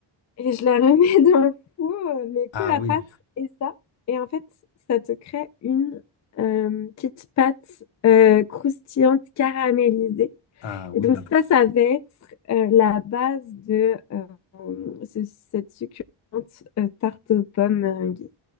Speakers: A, on the left; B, on the left.
A: Et je la remets <laughs> dans le four, euh, mais que
B: Ah
A: la
B: oui.
A: pâte et ça. Et en fait, ça te crée une euh, petite pâte euh, croustillante caramélisée.
B: Ah oui.
A: Et donc ça, ça va être euh, la base de euh, ce- cette succulente euh, tarte aux pommes meringuée.